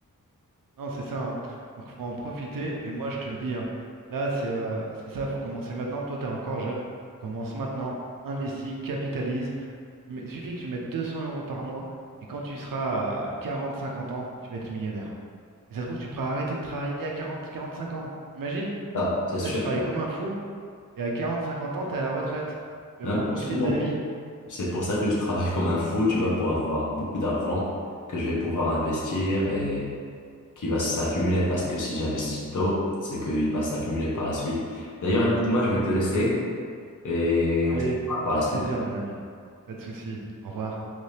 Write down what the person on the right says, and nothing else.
Non, c'est ça. hein. Donc, faut en profiter. Et moi, je te le dis, hein, là, c'est euh, c'est ça. Faut commencer maintenant. Toi, t'es encore jeune. Commence maintenant. Investis, capitalise. Tu mets- Il suffit que tu mettes 200 euros par mois. Et quand tu seras à 40-50 ans, tu vas être millionnaire. Et ça se trouve, tu pourras arrêter de travailler à 40-45 ans. Imagine.
Là, tu travailles comme un fou. Et à 40-50 ans, t'es à la retraite. Tu vas
pouvoir
profiter
de la vie.
Allez,
au
plaisir, mon ami. Pas de souci. Au revoir.